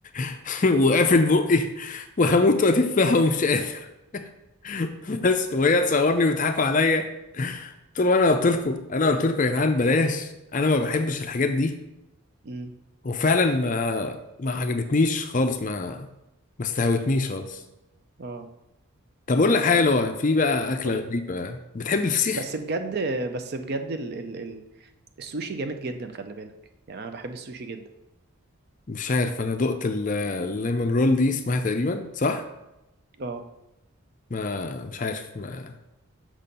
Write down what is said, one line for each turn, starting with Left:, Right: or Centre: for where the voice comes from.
Left: <laughs> وقافل بقي وهموت واتفها ومش قادر <laughs> بس وهي تصورني ويضحكوا عليا قلت له انا قلت لكم انا قلت لكم يا جدعان بلاش انا ما بحبش الحاجات دي
Right: أمم،
Left: وفعلا ما ما عجبتنيش خالص ما ما استهوتنيش خالص
Right: اه
Left: طب اقول لك حاجه لو في بقى اكله
Right: قولي
Left: غريبه بتحب الفسيخ
Right: بس بجد بس بجد ال ال ال السوشي جامد جدا خلي بالك يعني انا بحب السوشي جدا
Left: مش عارف انا دقت ال- الليمون رول دي اسمها تقريبا صح
Right: اه
Left: ما مش عارف ما.